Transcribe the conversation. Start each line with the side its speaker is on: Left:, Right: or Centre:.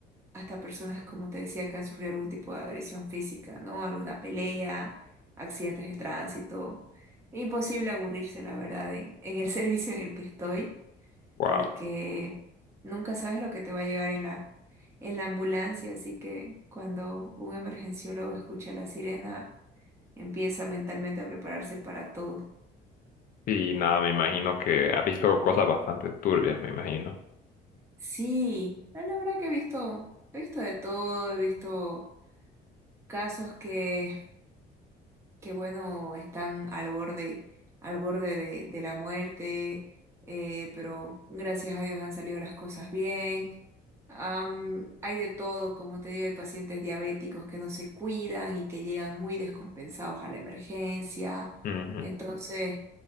Right: hasta personas, como te decía, que han sufrido algún tipo de agresión física, ¿no? Alguna pelea, accidentes de tránsito. Imposible aburrirse, la verdad, en, en el <laughs> servicio en el que estoy
Left: Wow.
Right: porque nunca sabes lo que te va a llegar en la, en la ambulancia, así que cuando un emergenciólogo escucha la sirena, empieza mentalmente a prepararse para todo.
Left: Y nada, me imagino que ha visto cosas bastante turbias, me imagino.
Right: Sí, no, la verdad que he visto, he visto de todo, he visto casos que Qué bueno, están al borde, al borde de, de la muerte, eh, pero gracias a Dios han salido las cosas bien. Am, hay de todo, como te digo, hay pacientes diabéticos que no se cuidan y que llegan muy descompensados a la emergencia.
Left: Ujú.
Right: Entonces,